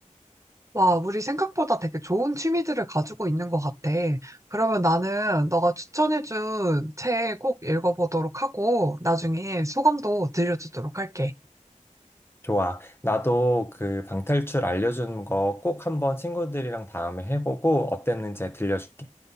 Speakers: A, on the right; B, on the left.
A: 와, 우리 생각보다 되게 좋은 취미들을 가지고 있는 것 같아. 그러면 나는 너가 추천해준 책 꼭 읽어보도록 하고, 나중에 소감도 들려주도록 할게.
B: 좋아. 나도 그 방탈출 알려준 거 꼭 한번 친구들이랑 다음에 해보고 어땠는지 들려줄게.